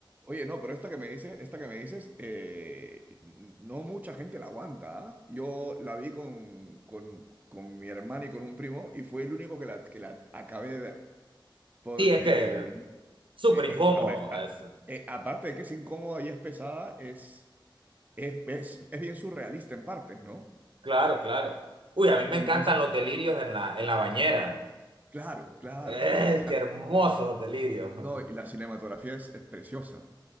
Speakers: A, on the right; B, on the right.
A: Oye, no, pero esta que me dices, esta que me dices, eh, n- no mucha gente la aguanta, ¿ah? Yo la vi con, con, con mi hermana y con un primo y fue el único que la, que la acabé de ver. Porque
B: Sí, es que súper
A: Eh,
B: incómodo
A: eh, a ver, a-
B: es.
A: eh, aparte de que es incómoda y es pesada, es, es, es, es bien surrealista en partes, ¿no?
B: Claro, claro. Uy, a mí me
A: Entonces,
B: encantan los delirios en la, en la bañera.
A: claro, claro,
B: Eh,
A: y, y claro.
B: qué hermosos delirios.
A: No,
B: <laughs>
A: y la cinematografía es, es preciosa,